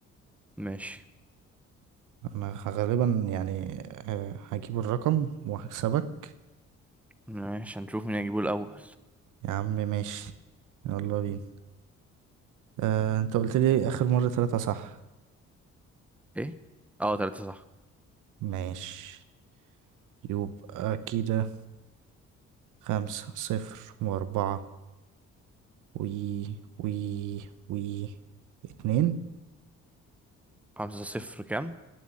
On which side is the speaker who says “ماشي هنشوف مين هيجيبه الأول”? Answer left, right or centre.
Centre